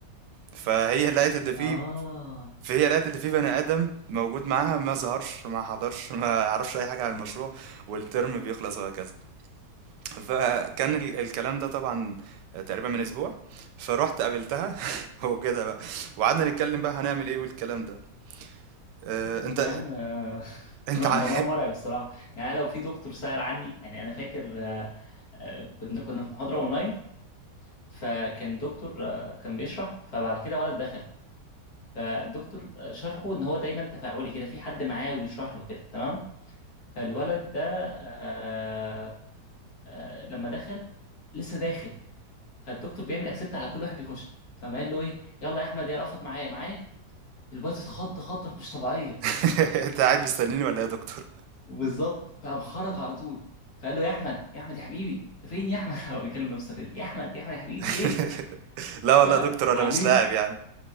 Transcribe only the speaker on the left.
اه
طب
يا عم آه، <laughs>
الموضوع
مرعب الصراحه يعني لو في دكتور سأل عني يعني انا فاكر آه، آه، كنا كنا في محاضره اونلاين فكان دكتور آه، كان بيشرح فبعد كده ولد دخل فالدكتور آه، شرحه ان هو دايما تفاعلي كده في حد معاه ويشرح له كده تمام فالولد ده آه، آه، لما دخل لسه داخل فالدكتور بيعمل اكسبت على كل واحد بيخش فما قال له ايه يلا يا احمد يا رفض معايا معايا الواد اتخض خضه مش طبيعيه
<laughs>
بالظبط فقام خرج على طول فقال له يا احمد يا احمد يا حبيبي انت فين يا احمد <laughs> هو بيكلم نفسه كده يا احمد يا احمد يا حبيبي انت
فين
فعاملين